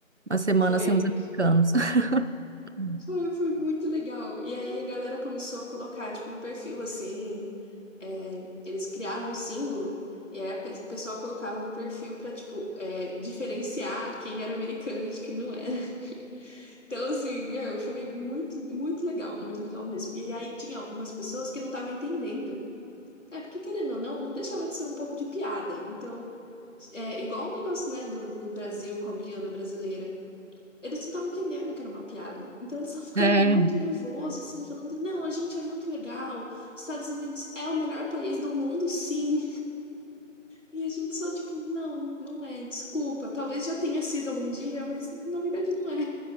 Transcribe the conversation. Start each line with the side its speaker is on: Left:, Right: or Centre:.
Right: Uma semana
Left: Foi.
Right: sem os americanos. <laughs>
Left: Foi, foi muito legal. E aí a galera começou a colocar, tipo, no perfil, assim, é, eles criaram um símbolo, e aí a pe- o pessoal colocava no perfil pra, tipo, é, diferenciar quem era americano de quem não era. <laughs> Então, assim, meu, foi muito, muito legal, muito legal mesmo. E aí tinha umas pessoas que não estavam entendendo. É, porque querendo ou não, não deixava de ser um pouco de piada. Então, é igual o negócio, né, do, do Brasil com a Guiana brasileira. Eles não estavam entendendo que era uma piada. Então eles estavam ficando
Right: É,
Left: muito nervosos, assim, falando: não, a gente é muito legal, Estados Unidos é o melhor país do mundo, sim. E a gente só, tipo, não, não é, desculpa. Talvez já tenha sido algum dia, mas na verdade não é.